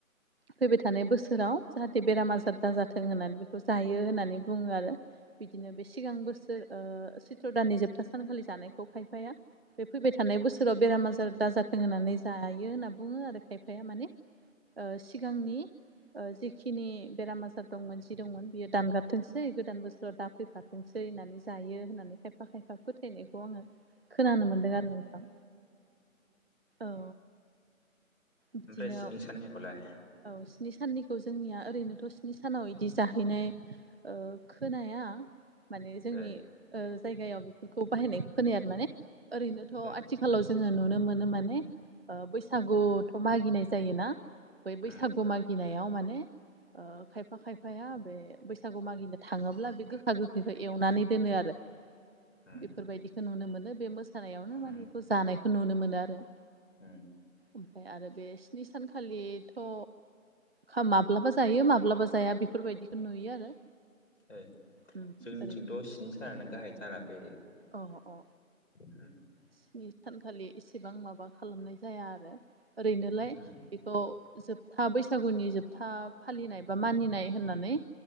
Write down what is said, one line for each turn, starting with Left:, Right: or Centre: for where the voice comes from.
Right: फैबाय थानाय बोसोराव जाहाथे बेराम आजार दाजाथों होननानै बेखौ जायो होननानै बुङो आरो बिदिनो बे सिगां बोसोर ओ सैथ्र' दाननि जोबथा सानखालि जानायखौ खायफाया बे फैबाय थानाय बोसोराव बेराम आजार दाजाथों होननानै जायो होनना बुङो आरो खायफाया माने ओ सिगांनि ओ जि खिनि बेराम आजार दंमोन जि दंमोन बियो दानगारथोंसै गोदान बोसोराव दा फैफाथों सोंसै होननानै जायो होननानै खायफा खायफा फोथायनायखौ आङो खोनानो मोनदों आरो नोंथां। औ बिदिनो
Left: ओमफ्राय स्नि साननिखौलाय
Right: औ स्नि साननिखौ जोंनिया ओरैनोथ' स्नि सानाव बिदि जाहैनाय ओ खोनाया। माने जोंनि
Left: ए
Right: ओ जायगायाव बेफोरखौ बाहायनाय खोनाया आरो माने ओरैनोथ'
Left: ए
Right: आथिखालाव जोङो नुनो मोनो माने ओ बैसागुथ' मागिनाय जायोना। बै बैसागु
Left: उम
Right: मागिनायाव माने ओ खायफा खायफाया बे बैसागु मागिनो थाङोब्ला बे गोखा गोखैखौ एवनानै दोनो आरो
Left: उम
Right: बेफोरबायदिखौ नुनो मोनो बे मोसानायावनो माने
Left: उम
Right: बेखौ जानायखौ नुनो मोनो आरो
Left: उम
Right: ओमफ्राय आरो बे स्नि सानखालि थ' खा माब्लाबा जायो माब्लाबा जाया बेफोरबायदिखौ नुयो आरो
Left: ए
Right: उम,
Left: जोंनिथिंथ'
Right: ओरै
Left: सिनि सानानो गाहाय जाना फैयो।
Right: अ-अ
Left: उम
Right: स्नि सानखालि इसेबां माबा खालामनाय जाया आरो ओरैनोलाय
Left: उम
Right: बेखौ जोबथा बैसागुनि जोबथा फालिनाय बा मानिनाय होननानै